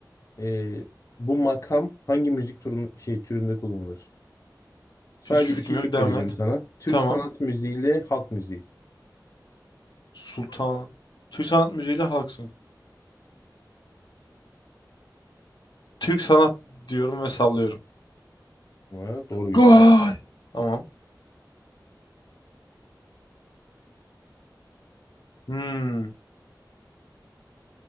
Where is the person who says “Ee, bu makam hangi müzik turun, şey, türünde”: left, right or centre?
Left